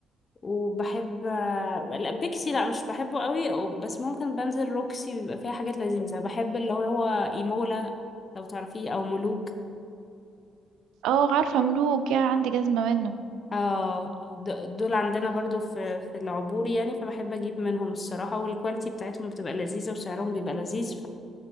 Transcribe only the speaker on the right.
اه عارفة ملوك يا عندي جزمة منه